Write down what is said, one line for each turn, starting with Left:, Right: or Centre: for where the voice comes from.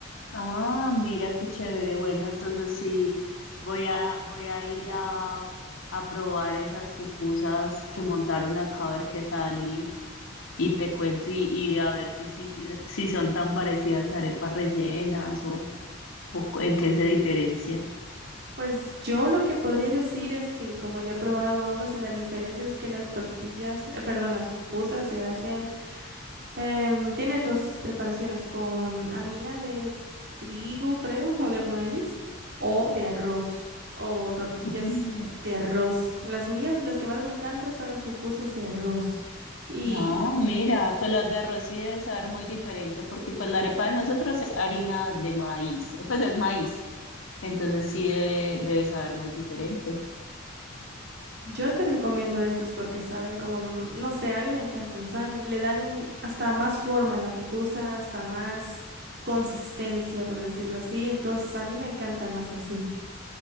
Left: Ah, mira qué chévere. Bueno, entonces sí, voy a, voy a ir a, a probar esas pupusas que montaron acá a ver qué tal y te cuento y, y a ver si, si, si, si son tan parecidas las arepas rellenas o, o cu- en qué se diferencian.
Right: Pues yo lo que podría decir es que como ya he probado ambas, la diferencia es que las tortillas, eh, perdón, las pupusas se hacen Em, tienen dos preparaciones con harina de trigo, creo, <laughs> o de maíz, o de arroz, o tortillas
Left: Mm.
Right: eh, de arroz. Las mías, las que más me encantan son las pupusas de arroz. Y
Left: Ah, mira, pues las de arroz sí deben saber muy diferente porque pues la arepa de nosotros es harina de maíz, eh, pues es maíz, entonces sí debe, debe saber muy diferente.
Right: yo te recomiendo estas porque saben como, mm, no sé, a mí me encantan, saben, le dan un, hasta más forma a la pupusa, hasta más consistencia, por decirlo así. Entonces, a mí me encantan más así.